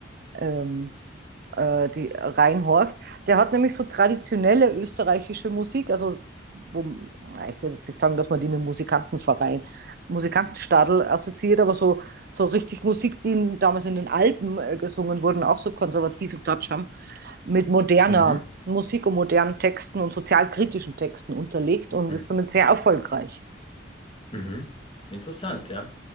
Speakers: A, on the right (about 50°); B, on the left (about 30°).
A: ähm, äh, die reinhorchst. Der hat nämlich so traditionelle österreichische Musik, also wo, na, ich würde jetzt nicht sagen, dass man die mit Musikantenverein, Musikantenstadl assoziiert, aber so, so richtig Musik, die in, damals in den Alpen äh, gesungen wurden, auch so konservativen Touch haben, mit moderner
B: Mhm.
A: Musik und modernen Texten und sozialkritischen Texten unterlegt und
B: Mhm.
A: ist damit sehr erfolgreich.
B: Mhm. Interessant, ja.